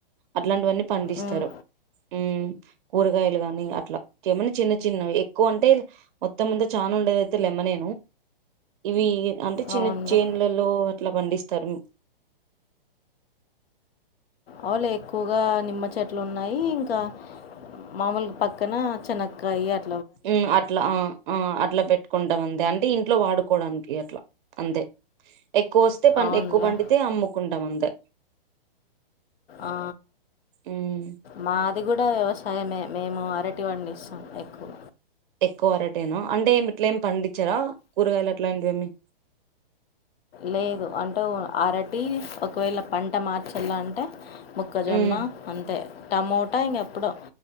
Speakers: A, on the right (about 60°); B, on the left (about 90°).
A: అట్లాంటివన్నీ పండిస్తారు
B: ఉమ్,
A: ఉ కూరగాయలు గాని అట్లా ఏమనా చిన్న చిన్నవి ఎక్కువ అంటే మొత్తం ముంతా చాల ఉండద తెలెమనే ఇవి అంటే చిన్న
B: అవునులే
A: చేన్లలో అట్లా పండిస్తారు
B: అవులే ఎక్కువగా నిమ్మ చెట్లు ఉన్నాయి ఇంకా మాముూలుకి పక్కన చెనకాయ అ
A: యిఅట్లా ఆ ఆ అట్లా పెట్టుకుంటా ఉంది అంటే ఇ ఇంట్లో వాడుకోవడానికి అట్లా అంతే ఎక్కువ వస్తే
B: అవునులే
A: ఎక్కువ పండితే అమ్ముకుంటాం అ స
B: ఆ
A: ఉమ్
B: మాదిగూడ వ్యవసాయమే మేము అరటి పండిస్తాం ఎక్కువ
A: ఎక్కువ అరటేను అంటే ఏమి ఇట్లా ఏమి పండించరాా కూరగాయలు అట్లాంటివి ఏేమి
B: లేదు అంటే అరటి ఒకవేళ పంట మార్చలా అంటే ముక్కజొన్న
A: ఉమ్
B: అంతే టమోటా ఇంక ఎప్పుడో